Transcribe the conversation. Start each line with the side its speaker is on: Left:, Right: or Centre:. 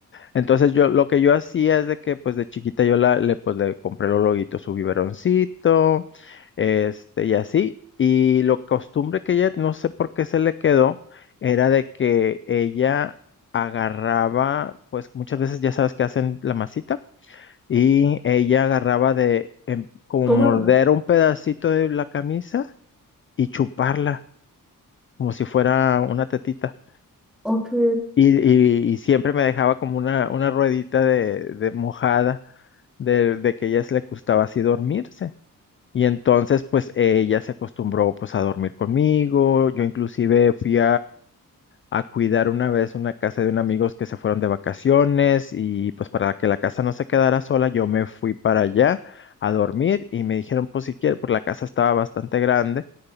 Left: Entonces yo lo que yo hacía es de que pues de chiquita yo la, le, pues, le compré los loguitos, su biberoncito, este y así. Y lo costumbre que ella, no sé por qué se le quedó, era de que ella agarraba, pues muchas veces ya sabes que hacen la masita. Y ella agarraba de em, como
Centre: ¿Cómo
Left: morder
Centre: lo mato?
Left: un pedacito de la camisa y chuparla, como si fuera una tetita.
Centre: Ok.
Left: Y, y- y siempre me dejaba como una, una ruedita de, de mojada de, de que a ella se le gustaba así dormirse. Y entonces pues ella se acostumbró pues a dormir conmigo. Yo inclusive fui a cuidar una vez una casa de unos amigos que se fueron de vacaciones y pues para que la casa no se quedara sola, yo me fui para allá a dormir y me dijeron, pues si quieres, pues la casa estaba bastante grande,